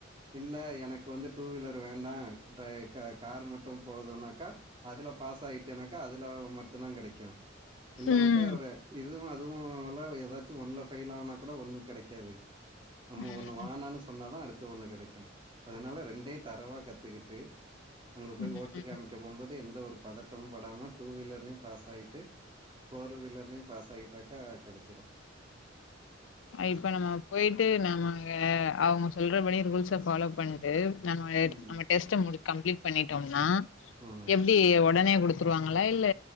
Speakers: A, on the right (about 25°); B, on the left (about 85°).
A: இல்ல எனக்கு வந்து டூ வீலர் வேண்டா டிரை கா கார் மட்டு போதுனாக்கா அதுல பாஸ் ஆகிட்டேனாக்கா அதுல மட்டும்தா கிடைக்கு இல்லனாக்கா
B: ம்
A: ஒரு இதுவு அதுவு ல ஏதாச்சு ஒண்ணுல ஃபெயில் ஆனா கூட ஒண்ணு கிடைக்காது நம்ம
B: ம்
A: ஒண்ணு வானான்னு சொன்னாதா அடுத்த ஒண்ணு கிடைக்கு அதனால ரெண்டையு தரவா கத்துக்கிட்டு அங்க போய்
B: ம்
A: ஓட்டு காமிக்க போம்போது எந்த ஒரு பதட்டமு பாடாம டூ வீலர்லயும் பாஸ் ஆயிட்டு ஃபோர் வீலர்லேயு பாஸ் ஆயிட்டாக்கா கிடைச்சிரு
B: அ இப்ப நம்ம போயிட்டு நம்ம அங்க அவங்க சொல்றபடி ரூல்ஸ ஃபாலோ பண் எ நம்ம
A: ம்.
B: நம்ம டெஸ்ட கம்ப்லிட் பண்ணிட்டோம்னா
A: ம்
B: டி உடனே குடுத்துருவாங்களா இல்ல